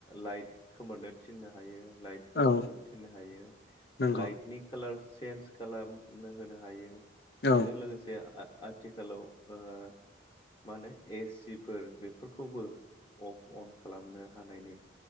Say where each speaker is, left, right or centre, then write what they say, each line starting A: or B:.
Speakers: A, on the left; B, on the left.
A: लाइट खोमोरनो थिननो हायो। लाइट फोजोंनो
B: औ
A: थिन्नो हायो
B: नंगौ
A: लाइटनि कालार चेन्ज खालामनो होनो हायो, बेजों
B: औ
A: लोगोसे आ-आथिखालाव ओ मा होनो ए सिफोर बेफोरखौबो अफ अन खालामनो हानायनि